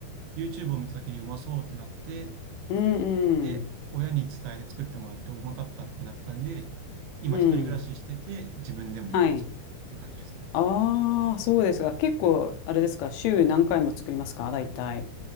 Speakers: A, on the right; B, on the left.
A: YouTube を見た時にうまそうってなって、
B: うんうん。
A: で、親に伝えて作ってもらってうまかったってなったんで、今一人暮らししてて自分でもよく作るって感じですね。
B: うん。はい。ああ、そうですが、結構、あれですか、週何回も作りますか大体。